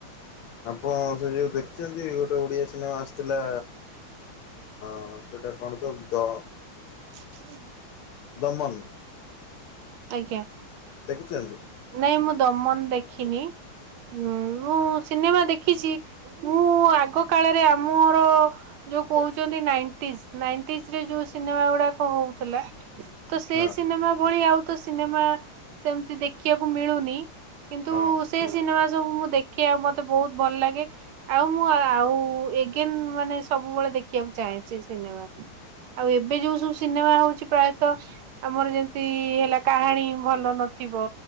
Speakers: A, on the left (about 80°); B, on the right (about 80°).
A: ଆପଣ ସେ ଯେଉ ଦେଖିଛନ୍ତି ଗୋଟେ ଓଡ଼ିଆ ସିନେମା ଆସିଥିଲା। ହଁ ସେଟା କଣ ତ ଦ
B: ହୁଁ ହୁଁ।
A: ଦମନ।
B: ଆଜ୍ଞା।
A: ଦେଖିଛନ୍ତି?
B: ନାଇଁ ମୁଁ ଦମନ ଦେ ଖିନି ଉଁ ମୁଁ ସିନେମା ଦେଖିଛି ମୁଁ ଆଗ କାଳରେ ଆମର ଯୋଉ କହୁଛନ୍ତି ନାଇଣ୍ଟିଜ ନାଇଣ୍ଟିଜ ରେ ଯୋଉ ସିନେମା ଗୁଡାକ ହଉଥିଲା ତ ସେଇ
A: ହଁ
B: ସିନେମା ଭଳି ଆଉ ତ ସିନେମା ସେମିତି ଦେଖିଆକୁ ମିଳୁନି କିନ୍ତୁ
A: ହଁ
B: ସେ ସିନେମା ସବୁ ମୁଁ ଦେଖେ ଆଉ ମତେ ବହୁତ ଭଲ ଲାଗେ ଆଉ ମୁଁ ଆଉ ଏଗେନ ମାନେ ସବୁବେଳେ ଦେଖିବାକୁ ଚାହେଁ ସେଇ ସିନେମା ଆଉ ଏବେ ଯୋଉ ସବୁ ସିନେମା ହଉଛି ପ୍ରାୟତଃ ଆମର ଯେମିତି ହେଲା କାହାଣୀ ଭଲ ନଥିବ